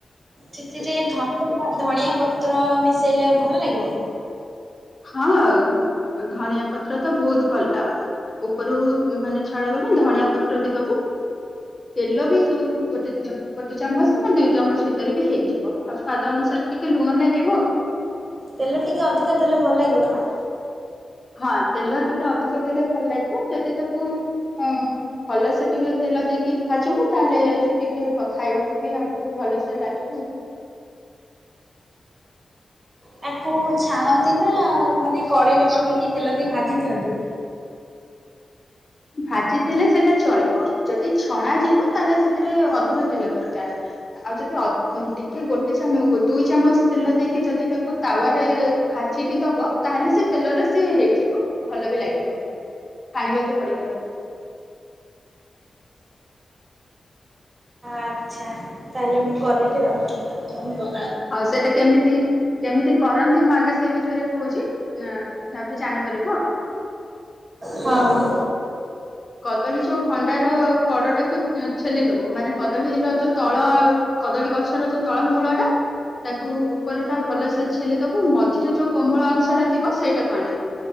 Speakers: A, on the right; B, on the left.
A: ସେଥିରେ ଧନିଆ ଧଣିଆ ପତ୍ର ମି ସେଇଲେ ଭଲ ଲାଗିବ?
B: ହଁ ଧଣିଆ ପତ୍ର ତ ବୋହୁତ ଭଲ ଉପରୁ ମାନେ ଛଡେଇ ବନା ଧଣିଆ ପତ୍ର ବି ଦୋବୁ ତେଲ ବି ଯଦି ଗୋଟେ ଗୋଟେ ଚାମଚ କି ଦୁଇ ଚାମଚ ଭିତରେ ବି ହେଇଯିବ ଆଉ ସ୍ଵାଦ ଅନୁସାରେ ଟିକେ ଲୁଣ ଲାଗିବ ଆଉ।
A: ତେଲ ଟିକେ ଅଧିକା ଦେଲେ ଭଲ ଲାଗିବ ନା?
B: ହଁ ତେଲ ଟିକେ ଅଧିକ ଦେଲେ ଭଲ ଲାଗିବ ଯଦି ତାକୁ ଉଁ ଭଲସେ ଟିକେ ତେଲ ଦେଇକି ଭାଜିବୁ ତାହେଲେ ସେ ଟିକେ ବ-ଖାଇବାକୁ ବି ଆଉ ଟିକେ ଭଲସେ ଲାଗିବ ଆଉ।
A: ତାକୁ ଛାଣନ୍ତି ନା ମାନେ କଡେଇରେ ପକେଇକି ତେଲ ଦେଇ ଭାଜି ଦିଅନ୍ତି।
B: ଭାଜି ଦେଲେ ସେଇଟା ଚଳିବ ଯଦି ଛଣାଯିବ ତାହେଲେ ସେଥିରେ ଅଧିକ ତେଲ ଦରକାର ଆଉ ଯଦି ଅ-ଟିକେ ଗୋଟେ ଚାମୁ-ଦୁଇ ଚାମଚ ତେଲ ଦେଇକି ଯଦି ତାକୁ ତାୱାରେ ଭାଜି ବି ଦବ ତାହେଲେ ସେଇ ତେଲରେ ସିଏ ହେଇଯିବ ଭଲ ବି ଲାଗିବ ଛାଣିବାକୁ ପଡି ବନି
A: ଆଚ୍ଛା ତାହେଲେ ମୁଁ କରିବି ଆଉ କହିବ।
B: ଆଉ ସେଇଟା କେମିତି? କେମିତି କରନ୍ତି ମୁଁ ଆଗେ ସେ ବିଷୟରେ କୋହୁଚି ଉଁ ତାପରେ ଜାଣିପାରିବୁ ଆଉ।
A: ହଁ ହଁ।
B: କଦଳୀ ଯୋଉ ଭଣ୍ଡାର କଡଟାକୁ ଉଁ ଛେଲି ଦୋବୁ ମାନେ କଦଳୀର ଯୋଉ ତଳ କଦଳୀ ଗଛର ଯୋଉ ତଳ ମୂଳ ଟା ତାକୁ ଉପରୁଟା ଭଲସେ ଛେଲିଦବୁ ମଝିରେ ଯୋଉ କୋମଳ ଅଂଶ ଟା ଥିବ ସେଇଟାକୁ ଆଣିବୁ